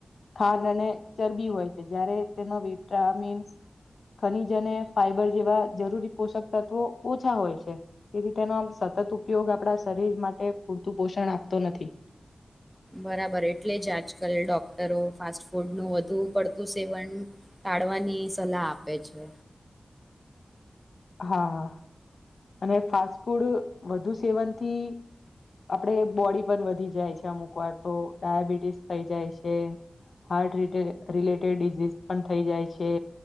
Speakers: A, on the left (about 75°); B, in the centre.
A: ખાંડ અને ચરબી હોય છે, જયારે તેમાં વિટામીસ ખનીજ અને ફાઈબર જેવા જરૂરી પોષક તત્વો ઓછા હોય છે, તેથી તેનો આમ સતત ઉપયોગ આપણા શરીર માટે પૂરતું પોષણ આપતો નથી.
B: બરાબર, એટલે જ આજ કલ ડોક્ટરો ફાસ્ટ ફૂડ નું વધુ પડતું સેવન તાડ તાળવાની સલાહ આપે છે.
A: હા અને ફાસ્ટ ફૂડ વધુ સેવનથી આપડે બોડી પણ વધી જાય છે, અમુક વાર તો ડાયાબિટીસ થઈ જાય છે. હાર્ટ ર રિલેટેડ ડિઝઝ પણ થઈ જાય છે.